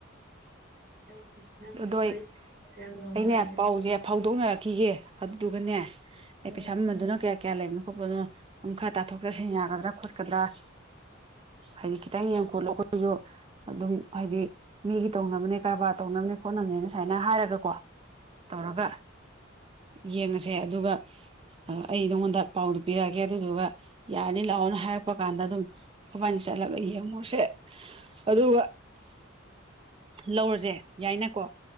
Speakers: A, on the right; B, on the right.
A: ꯑꯩ ꯅꯪꯕꯨ
B: ꯑꯗꯣ ꯑꯩ
A: ꯎꯔꯤꯁꯦ ꯌꯥꯝ ꯅꯨꯡꯉꯥꯏꯔꯦ꯫
B: ꯑꯩꯅꯦ ꯄꯥꯎꯁꯦ ꯐꯥꯎꯗꯣꯛꯅꯔꯛꯈꯤꯒꯦ ꯑꯗꯨꯗꯨꯒꯅꯦ ꯑꯩ
A: ꯎꯝ
B: ꯄꯩꯁꯥ ꯃꯃꯜꯗꯨꯅ ꯀꯌꯥ ꯀꯌꯥ ꯂꯩꯕꯅꯣ ꯈꯣꯠꯄꯅꯣ ꯑꯗꯨꯝ ꯈꯔ ꯇꯥꯊꯣꯛꯇꯥꯁꯤ ꯌꯥꯒꯗ꯭ꯔꯥ ꯈꯣꯠꯀꯗ꯭ꯔꯥ꯫ ꯍꯥꯏꯗꯤ ꯈꯤꯇꯪ ꯌꯦꯡ ꯈꯣꯠꯂꯣ ꯑꯩꯈꯣꯏꯁꯨ ꯑꯗꯨꯝ ꯍꯥꯏꯗꯤ ꯃꯤꯒꯤ ꯇꯧꯅꯕꯅꯦ ꯀꯔꯕꯥꯔ ꯇꯧꯅꯕꯅꯦ ꯍꯣꯠꯅꯕꯅꯦꯅ ꯁꯨꯃꯥꯏꯅ ꯍꯥꯏꯔꯒꯀꯣ ꯇꯧꯔꯒ ꯌꯦꯡꯉꯁꯦ ꯑꯗꯨꯒ ꯑꯩ ꯅꯉꯣꯟꯗ ꯄꯥꯎꯗꯨ ꯄꯤꯔꯛꯑꯒꯦ ꯑꯗꯨꯗꯨꯒ ꯌꯥꯔꯅꯤ ꯂꯥꯛꯑꯣꯅ ꯍꯥꯏꯔꯛꯄ ꯀꯥꯟꯗ ꯑꯗꯨꯝ ꯑꯩꯈꯣꯏꯕꯥꯅꯤ ꯆꯠꯂꯒ ꯌꯦꯡꯉꯣꯁꯦ ꯑꯗꯨꯒ ꯂꯧꯔꯁꯦ ꯌꯥꯏꯅꯀꯣ꯫